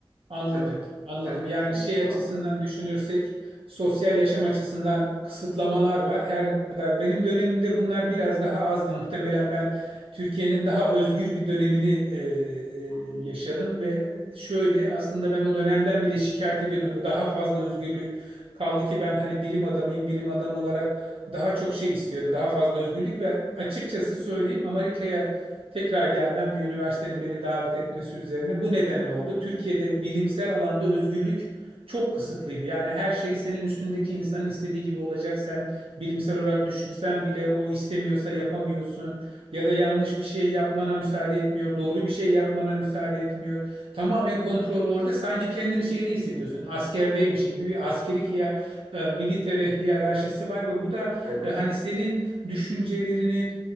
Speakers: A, on the right (about 80°); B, on the right (about 30°).
A: Anladım,
B: Sen de
A: anladım.
B: sen ne
A: Yani
B: düşünüyorsun
A: şey açısından
B: abi?
A: düşünürsek, sosyal yaşam açısından kısıtlamalar var. Her ne kadar benim dönemimde bunlar biraz daha azdı. Muhtemelen ben Türkiye'nin daha özgür bir dönemini e, e,
B: Hı hı.
A: e, yaşadım ve şöyle aslında ben o dönemden bile şikayet ediyordum. Daha fazla özgürlük. Kaldı ki ben hani bilim adamıyım, bilim adamı olarak daha çok şey istiyorum, daha fazla özgürlük ve açıkçası söyleyeyim Amerika'ya Tekrar gelmem bir üniversitenin beni davet etmesi üzerine bu nedenle oldu. Türkiye'de bilimsel alanda özgürlük çok kısıtlıydı. Yani her şey senin üstündeki insanın istediği gibi olacak. Sen bilimsel olarak düşünsen bile o istemiyorsa yapamıyorsun. Ya da yanlış bir şey yapmana müsaade etmiyor. Doğru bir şey yapmana müsaade etmiyor. Tamamen kontrol orada. Sanki kendini şeyde hissediyorsun. Askerdeymişin gibi bir askeri hiyer, e, military hiyerarşisi var ve bu da
B: Evet.
A: e, hani senin düşüncelerini